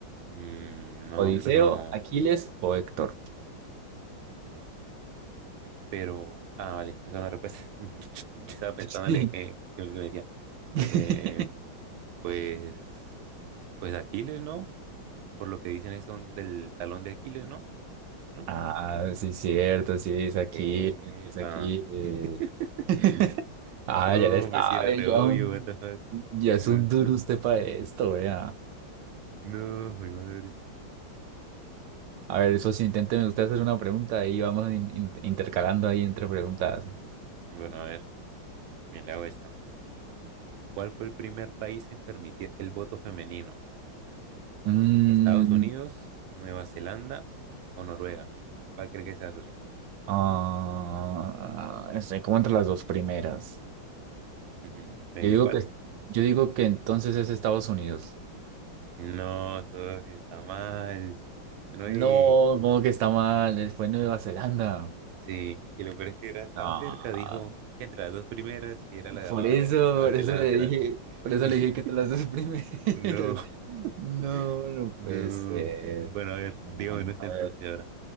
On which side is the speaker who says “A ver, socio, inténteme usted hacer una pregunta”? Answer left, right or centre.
Right